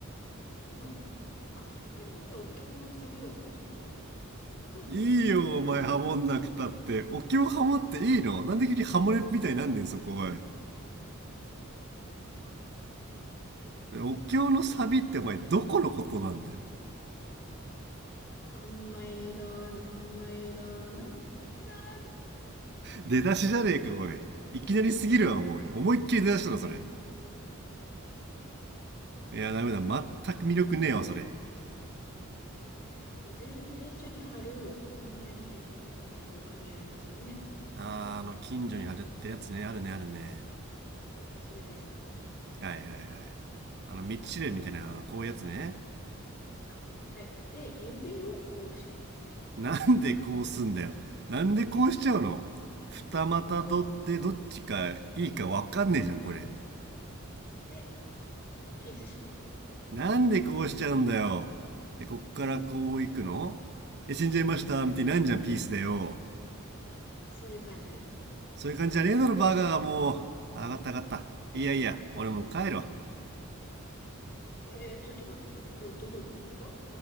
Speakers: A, on the left (about 50°); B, on the right (about 55°).
A: でも、あの、100人でお経のサビをこう、はめることなんかすっごい圧圧巻なんで
B: いいよ、お前、ハモんなくたって。お経ハモっていいのなんで急にハモれみたいになんねん、そこ、おい。
A: すよ。はい。
B: お経のサビってお前、どこのことなんだよ。
A: 何枚だ、何枚だ、何枚だって。
B: 出だしじゃねえか、おい。いきなりすぎるわ、もう。思いっきり出だしたの、それ。
A: はい。
B: いや、ダメだ。全く魅力ねえわ、それ。
A: であと、全、電柱に貼る、何々家って書いてある紙ありますよね。
B: あー、あの、近所に貼るってやつね。あるね、あるね。
A: あ、そう、それです。
B: はいはいはい。あの、道知れみたいな、こういうやつね。
A: あ、はい。で、指をこうします。
B: なんでこうすんだよ。なんでこうしちゃうの二股取ってどっちかいいかわかんねえじゃん、これ。
A: で、ピースします。
B: なんでこうしちゃうんだよ。で、こっからこう行くのえ、死んじゃいましたみたいになんじゃん、ピースだよ。
A: そういう感じです。
B: そういう感じじゃねえだろ、バーガーがもう。上がった上がった。いやいや、俺もう帰るわ。
A: えー、ちょっと待ってください。ど、どこ行くんですか